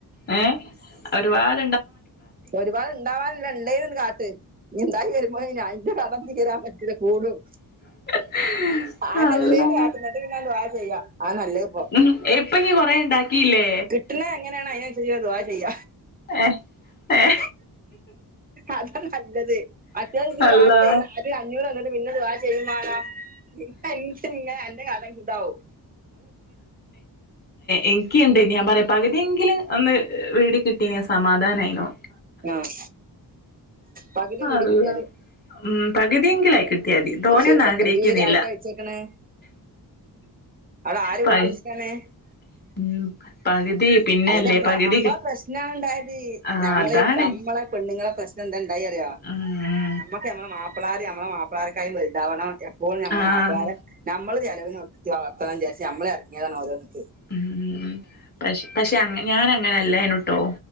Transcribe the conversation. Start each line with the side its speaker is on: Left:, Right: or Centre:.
Left: ഏ? ഒരുപാട്
Right: ഒരുപാട് ഉണ്ടാവാനല്ല ഇണ്ടങ്കിൽ ഇങ്ങട്കാ - <unintelligible> വരുമ്പോ അതിന്റെ കടന്ന തീരാൻ പറ്റൂല കൂടും
Left: <unintelligible>
Right: ആദ്യള്ളീന്ന്
Left: അള്ളാ
Right: കാട്ട് എന്നിട്ട് പിന്ന ദുഹാ ചെയ്യ, അതാ നല്ലതിപ്പോ,
Left: ഉം ഇപ്പ ഇയ്യ് കൊറേ ഇണ്ടാക്കിയില്ലേ
Right: കിട്ടണത് എങ്ങനെയണ അതിനനുസരിച് ദുഹാ ചെയ്യ.
Left: ഏ ഏ...
Right: അതാനല്ലത്. അത്യാവ ദുഹാ
Left: അള്ളാ
Right: ചെയ്, ആദ്യം അഞ്ഞൂറന്നട്ട് പിന്നെ ദുഹാ ചെയ് ഇപ്പോ അംകിന്നെ അന്നെ കാണാഞ്ഞിട്ട് താവും.
Left: എനിക്കുണ്ട്, ഞാൻ പറയാ. പകുതിയെങ്കിലും ഒന്ന് വീട് കിട്ട... സമാധാനമായിനു.
Right: ആഹ് പകുതി വീട്
Left: അള്ളാ,
Right: കിട്ടിയാല്
Left: ഉം പകുതിയെങ്കിലായിക്കി ത് ധോണിയൊന്നും
Right: അത് ശരി
Left: ആഗ്രഹിക്കുന്നില്ല.
Right: പകുതി വീട് ആർക്കാ വെച്ചേക്ക്ണ് അവിടെ ആര്
Left: പ
Right: ഊട്ടി വച്ചിട്ടന്നെ?
Left: <inaudible> പകുതി പിന്നല്ലേ
Right: അതിമ്മളെ,
Left: പകുതി
Right: നമ്മളെ പ്രശ്ന ഉണ്ടായത്...
Left: ആഹ്
Right: നമ്മളീ
Left: അതാണ്
Right: നമ്മളെ... പെണ്ണുങ്ങളെ പ്രശ്നം എന്താണ്ടായി അറിയോ?
Left: ഉം
Right: നമ്മക്ക് നമ്മള മാപ്പ മാപ്പിളാർ നമ്മെ മാപ്പിളാർക്കായും വലുതാവണം, എപ്പോഴും നമ്മെ
Left: ആഹ്
Right: മാപ്പളാരെ, നമ്മള്... ചലവിനൊടുത്തഅപ്പവിചാരിച്ച നമ്മളെ ഇറങ്ങതാനോരോന്ന്.
Left: ഉം ഉ... പക്ഷ... പക്ഷെ ഞാൻ അങ്ങനെ അല്ലായിനുട്ടോ!